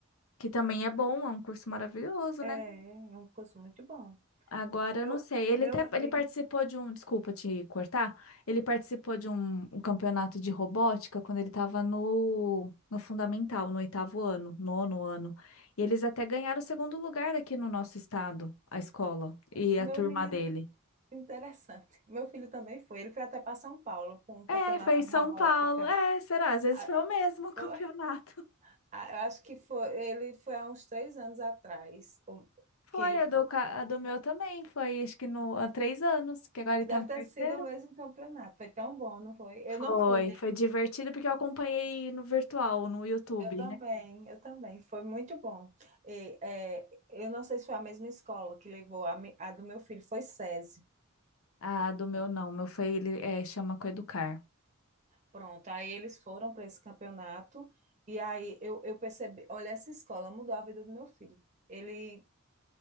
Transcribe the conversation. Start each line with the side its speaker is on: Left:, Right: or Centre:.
Left: que também é bom, é um curso maravilhoso,
Right: É,
Left: né?
Right: é um curso muito bom.
Left: Agora
Right: Meu,
Left: eu não sei. Ele
Right: meu
Left: até ele
Right: filho,
Left: participou de um, desculpa te cortar. Ele participou de um, um campeonato de robótica quando ele estava no, no fundamental, no oitavo ano, nono ano. E eles até ganharam o segundo lugar aqui no nosso estado, a escola e
Right: meu
Left: a turma
Right: menino,
Left: dele.
Right: interessante. Meu filho também foi. Ele foi até para São Paulo para um campeonato
Left: É, foi
Right: de
Left: em São
Right: robótica.
Left: Paulo. É, será? Às vezes
Right: Ah,
Left: foi o mesmo <laughs> campeonato.
Right: foi? Ah, Eu acho que foi, ele foi há uns três anos atrás o-
Left: Foi,
Right: que ele
Left: a
Right: foi.
Left: do, ca- a do meu também. Foi, acho que no, há três anos, que agora ele tá
Right: Deve
Left: no terceiro.
Right: ter sido o mesmo campeonato. Foi tão bom, não foi? Eu
Left: Foi,
Right: não fui, né?
Left: foi divertido porque eu acompanhei no virtual, no YouTube.
Right: Eu também, eu também. Foi muito bom. E, é, eu não sei se foi a mesma escola que levou a, mi- a do meu filho, foi SESI.
Left: Ah, do meu não. Meu foi, ele é, chama Coeducar.
Right: Pronto, aí eles foram para esse campeonato e aí eu, eu percebi, olha, essa escola mudou a vida do meu filho. Ele